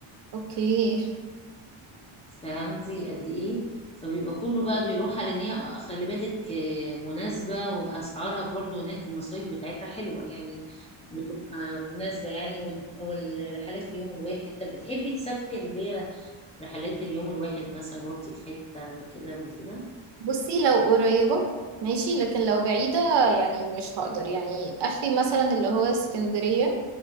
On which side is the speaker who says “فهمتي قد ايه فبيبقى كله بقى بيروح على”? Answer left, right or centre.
Left